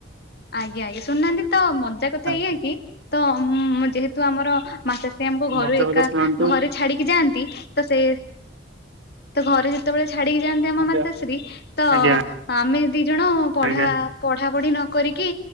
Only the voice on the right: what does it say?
ଆଜ୍ଞା
ମଜା
କଥା ଶୁଣନ୍ତୁ
ଆଜ୍ଞା
ଆଜ୍ଞା।
ଆଜ୍ଞା